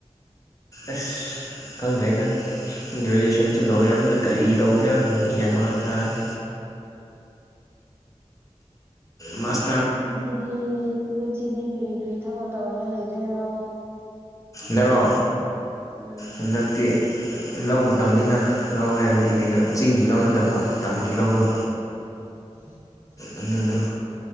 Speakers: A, on the left; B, on the right.
A: ꯑꯁ ꯈꯪꯗꯔ꯭ꯦꯗꯥ ꯒ꯭ꯔꯦꯖꯨꯌꯦꯁꯟꯁꯨ ꯂꯣꯏꯔꯕꯅꯤꯅ ꯀꯔꯤ ꯇꯧꯁꯤꯔ ꯒ꯭ꯌꯥꯟ ꯃꯥꯟ ꯇꯥꯗ꯭ꯔꯦ ꯃꯁ
B: ꯉꯁꯤꯗꯤ ꯄꯨꯟꯁꯤꯗꯤ ꯀꯔꯤ ꯀꯔꯤ ꯊꯕꯛ ꯇꯧꯔꯒ ꯂꯩꯗꯣꯏꯔꯣ
A: ꯅꯔꯣ
B: ꯎꯝ
A: ꯍꯟꯗꯛꯇꯤ ꯂꯧ ꯃꯇꯝꯅꯤꯅ ꯂꯧ ꯍꯥꯏꯕꯗꯤ ꯀꯩꯅꯣ
B: ꯎꯝ
A: ꯆꯤꯡꯒꯤ ꯂꯧ ꯅꯠꯇꯕ ꯇꯝꯒꯤ ꯂꯧꯗꯣ
B: ꯎꯝ <inaudible>
A: ꯑꯗꯨꯗꯣ